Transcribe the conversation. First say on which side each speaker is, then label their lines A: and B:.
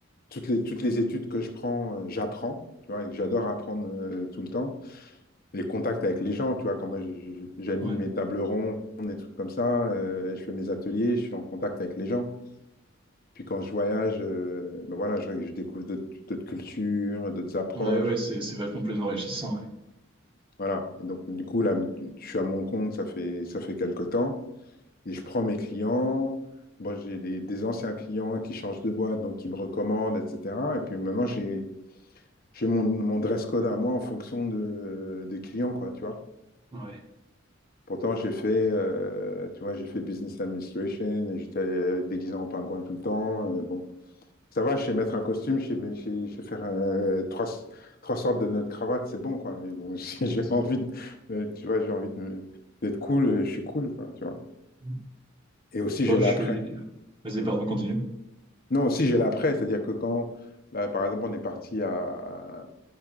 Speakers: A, on the left (about 50°); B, on the right (about 25°).
A: toutes les, toutes les études que je prends, euh, j'apprends, tu vois, et que j'adore apprendre euh, tout le temps. Les contacts avec les gens, tu vois, quand moi, je- je- j'anime
B: Ouais,
A: mes tables rondes, des trucs comme ça, euh, je fais mes ateliers, je suis en contact avec les gens. Puis quand je voyage, euh, ben voilà, je, je découvre d'autres d'autres cultures, d'autres approches.
B: ouais, ouais, c'est c'est vachement plus enrichissant. Ouais.
A: Voilà. Et donc, du coup, là, je suis à mon compte, ça fait, ça fait quelque temps. Et je prends mes clients. Bon, j'ai des, des anciens clients qui changent de boîte, donc qui me recommandent, etc. Et puis maintenant, j'ai, j'ai mon, mon dress code à moi en fonction de, des clients, quoi, tu vois.
B: Ouais.
A: Pourtant, j'ai fait, euh, tu vois, j'ai fait business administration et j'étais euh, déguisé en pingouin tout le temps. Euh, bon, Ça va, je sais mettre un costume, je sais, mais je- sais- je sais faire euh, trois, trois sortes de nœuds de cravate, c'est bon, quoi. Mais bon, <laughs> si j'ai envie de, mais tu vois, j'ai envie de me- d'être cool, euh, je suis cool, quoi, tu vois.
B: Mm,
A: Et aussi,
B: Bon,
A: j'ai
B: je
A: l'après.
B: suis. Vas-y,
A: Mm.
B: pardon, continue.
A: Non, aussi, j'ai l'après, c'est-à-dire que quand, là, par exemple, on est parti à,